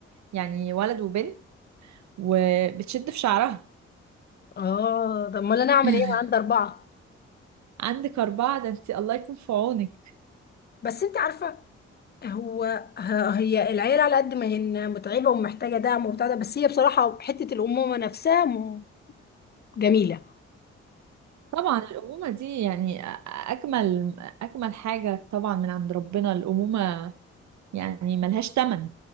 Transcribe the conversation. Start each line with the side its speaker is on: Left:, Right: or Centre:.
Right: يعني ولد وبنت وبتشد في شعرها
Left: اه طب امال انا اعمل
Right: <laughs>
Left: ايه انا عندي اربعة
Right: عندك أربعة ده انت الله يكون في عونك
Left: بس انت عارفة هو آه، هي العيلة على قد ما هي متعبة ومحتاجة دعم وبتاع ده بس هي بصراحة حتة الامومة نفسها م- جميلة
Right: طبعا الأمومة دي يعني أ- أجمل أجمل حاجة طبعا من عند ربنا الأمومة يعني ملهاش تمن